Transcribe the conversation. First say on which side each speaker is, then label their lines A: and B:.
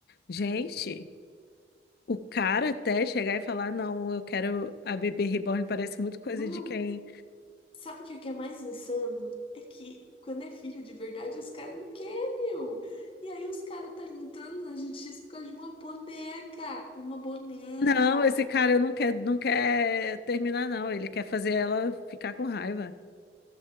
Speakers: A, on the left; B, on the left.
A: gente, o cara até chegar e falar, não, eu quero a bebê reborn, parece muito coisa
B: Não,
A: de quem.
B: sabe o que que é mais insano? É que quando é filho de verdade, os caras não querem, meu. E aí os caras tá entrando na justiça por causa de uma boneca. Uma boneca.
A: Não, esse cara não quer, não quer terminar, não. Ele quer fazer ela ficar com raiva.